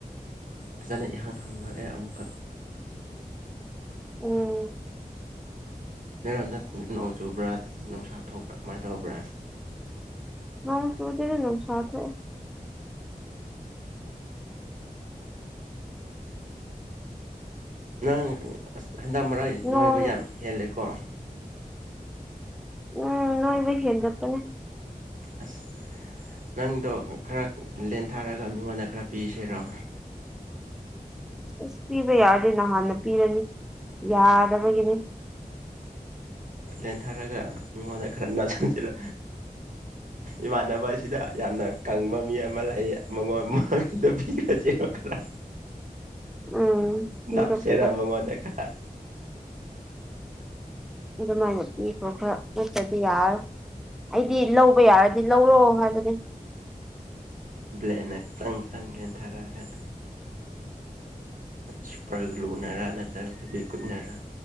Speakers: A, on the right; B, in the centre.
A: ꯐꯖꯅ ꯏꯍꯥꯡ ꯍꯥꯡꯗ ꯑꯦ ꯑꯃꯨꯛ
B: ꯎꯝ
A: ꯅꯣꯏꯔꯣꯝꯗ ꯅꯣꯡ ꯆꯨꯕ꯭ꯔꯥ ꯅꯨꯡꯁꯥ ꯊꯣꯛꯄ꯭ꯔꯥ ꯀꯃꯥꯏꯅ ꯇꯧꯕ꯭ꯔꯥ
B: ꯅꯣꯡ ꯆꯨꯗꯦꯗ ꯅꯨꯡꯁꯥ ꯊꯣꯑꯦ
A: ꯅꯪ ꯍꯟꯗꯛ ꯃꯔꯛ
B: ꯅꯣꯡ
A: ꯅꯣꯏꯕ ꯌꯥꯝ ꯍꯦꯜꯂꯦꯀꯣ
B: ꯎꯝ ꯅꯣꯏꯕ ꯍꯦꯟꯒꯠꯄꯅꯦ
A: ꯑꯁ ꯅꯪꯗꯣ ꯈꯔ ꯂꯦꯟꯊꯥꯔꯒ ꯃꯤꯉꯣꯟꯗ ꯈꯔ ꯄꯤꯁꯦꯔꯣ
B: ꯑꯁ ꯄꯤꯕ ꯌꯥꯔꯗꯤ ꯅꯍꯥꯟꯅ ꯄꯤꯔꯅꯤ ꯌꯥꯗꯕꯒꯤꯅꯦ
A: ꯂꯦꯟꯊꯔꯒ ꯃꯤꯉꯣꯟꯗ ꯈꯔ ꯅꯜꯁꯤꯟꯁꯤꯔꯣ ꯏꯃꯥꯟꯅꯕ ꯁꯤꯗ ꯌꯥꯝꯅ ꯀꯪꯕ ꯃꯤ ꯑꯃ ꯂꯩ ꯃꯉꯣꯟ ꯄꯤꯒ꯭ꯔꯖꯤꯔꯣ ꯈꯔ
B: ꯎꯝ ꯄꯤꯔꯣ
A: ꯅꯞꯁꯦꯔꯥ
B: ꯄꯤꯔꯣ
A: ꯃꯉꯣꯟꯗ ꯈꯔ
B: ꯑꯗꯨꯃꯥꯏꯅ ꯄꯤꯈꯣ ꯈꯔ ꯅꯠꯇ꯭ꯔꯗꯤ ꯌꯥꯔꯔꯣꯢ ꯑꯩꯗꯤ ꯂꯧꯕ ꯌꯥꯔꯗꯤ ꯂꯧꯔꯣ ꯍꯥꯏꯕꯅꯦ
A: ꯕ꯭ꯂꯦꯠꯅ ꯈꯤꯇꯪ ꯈꯤꯇꯪ ꯂꯦꯟꯊꯔꯛꯑꯒ ꯁꯨꯄꯔ ꯒ꯭ꯂꯨꯅꯔꯥ ꯅꯠꯇ꯭ꯔꯒ ꯐꯤꯕꯤ ꯀꯨꯏꯅꯔ